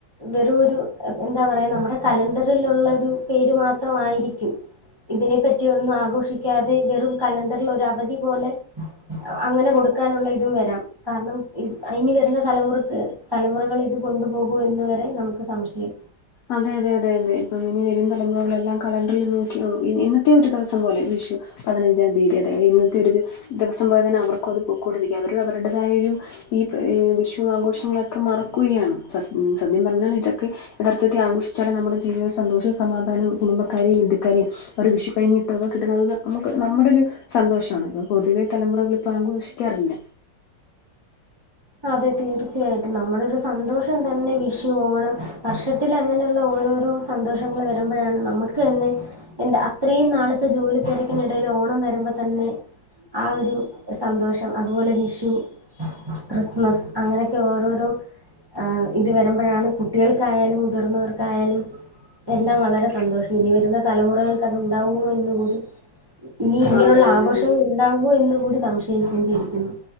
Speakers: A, on the right; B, on the left.
A: വെറുംരു എന്താ പറയാ നമ്മുടെ കലണ്ടറിൽലുള്ള ഒരു പേര് മാത്രം ആയിരിക്കും. ഇതിനെ പറ്റി ഒന്നും ആഘോഷിക്കാതെ വെറും കലണ്ടറിൽ ഒരു അവധി പോലെ അങ്ങനെ കൊടുക്കാനുള്ള ഇതും വരാം കാരണം ഇനി വരുന്ന തലമുറക്ക്. തലമുറകൾ ഇത് കൊണ്ടുപോകും എന്ന് വരെ നമുക്ക് സംശയം
B: അതെ അതെ അതെ അതെ ഇപ്പം ഇനി വരും തലമുറകളെല്ലാം കലണ്ടറിൽ നോക്കി ഓ എന്നത്തെ ഒരു ദിവസം പോലെ വിഷു. പതിനഞ്ചാം തീയതി. അതായത് ഇന്നത്തെ ഒരു ദിവസം പോലെ തന്നെ അവർക്കും അത് പൊക്കൂടിരിക്കും. അവര അവരുടേതായരു ഈ വിഷു ആഘോഷങ്ങളൊക്കെ മറക്കുകയാണ്. സത് സത്യം പറഞ്ഞാൽ ഇതൊക്കെ യഥാർത്ഥത്തി ആഘോഷിച്ചാല് നമ്മുടെ ജീവിതം സന്തോഷവും, സമാധാനവും കുടുംബക്കാരെയും, ബന്ദുക്കാരെയും ഒരു വിഷു കൈന്നിട്ടം കിട്ടുന്നത്ത് നമുക്ക് നമ്മുടെ ഒരു സന്തോഷമാണ് ഇത് പൊതുവെ തലമുറകള് ഇപ്പ ആഘോഷിക്കാറില്ല.
A: അതെ തീർച്ചയായിട്ടും നമ്മളൊരു സന്തോഷം തന്നെ വിഷു, ഒണം, വർഷത്തി അങ്ങനെയുള്ള ഓരോരോ സന്തോഷങ്ങൾ വരുമ്പോഴാണ് നമുക്ക് തന്നെ. എന്താ അത്രയും നാളത്തെ ജോലി തിരക്കിനിടൽ ഓണം വരുമ്പോ തന്നെ. ആ ഒരു സന്തോഷം. അതുപോലെ വിഷു ക്രിസ്മസ് അങ്ങനെയൊക്കെ ഓരോരോ ആ ഇത് വരുമ്പോഴാണ് കുട്ടികൾക്കായാലും മുതിർന്നവർക്കായാലും. എല്ലാം വളരെ സന്തോഷം ഇനി വരുന്ന തലമുറകൾക്ക് അതു ഉണ്ടാവുമോ എന്നന്ന്കൂടി ഇനി ഇങ്ങനെയുള്ള
B: അതെ അതെ
A: ആഘോഷം
B: നമുക്ക്
A: ഉണ്ടാാവുമോ എന്ന് കൂടി സംശയിക്കേണ്ടിയിരിക്കുന്നു.